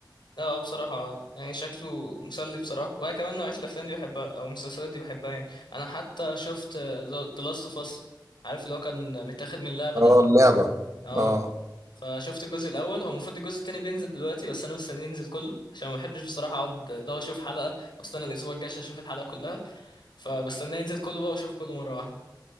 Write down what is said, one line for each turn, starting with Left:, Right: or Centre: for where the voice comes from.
Left: آه، بصراحة يعني شكله مسلي بصراحة وأنا كمان نوعية الأفلام دي بحبها أو المسلسلات دي بحبها يعني أنا حتى شفت آه، The Last of Us عارف اللي هو كان متاخد من اللعبة
Right: اه
Left: ده
Right: اللعبة
Left: اه
Right: اه
Left: فشفت الجزء الاول هو المفروض الجزء التاني بينزل دلوقتي بس انا مستني ينزل كله عشان ما بحبش بصراحه اقعد اللي هو اشوف حلقه واستنى الاسبوع الجاي عشان اشوف الحلقه كلها فبستنى ينزل كله بقى واشوفه كله مره واحده